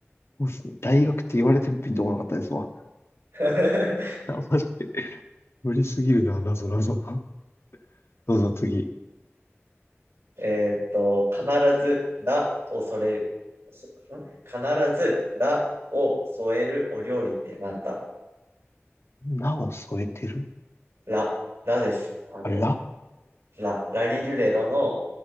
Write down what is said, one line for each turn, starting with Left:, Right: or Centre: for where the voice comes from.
Left: そうっすね。大学って言われてもピンとこなかったですわ。
Right: <laughs>
Left: あ、マジで無理すぎるな、なぞなぞ。<laughs> どうぞ次。
Right: えーっと、必ず、らを添える。ん必ず、らを添えるお料理ってなんだ
Left: なを添えてる
Right: ら、らです。あの、
Left: あ、ら
Right: ら、ラリルレロの